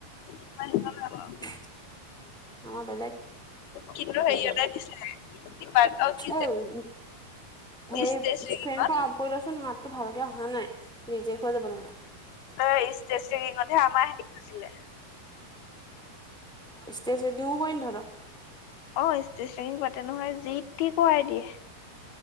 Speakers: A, on the left; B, in the centre.
A: আমাৰ সেনেকুৱা নাই বাৰু
B: আমাৰ বেলেগ
A: কিন্তু
B: সকাৰ
A: হেৰিয়তে দিছিলে ডিপাৰ্ট অ' কি
B: এ
A: যে
B: উ হেই
A: ষ্টেজ ৰেগিঙত
B: ফেন খন অফ কৰি লচোন মাত টো ভালকে অহা নাই ৰেজেক্ট হৈ যাব নহলে।
A: এই ষ্টেছগিঙতহে আমাৰ হেছিলে
B: ষ্টেজত দিওঁ পই ধৰ তহঁতৰ।
A: অ ষ্টেচিং পাতে নহয় যিটি কৰাই দিয়ে।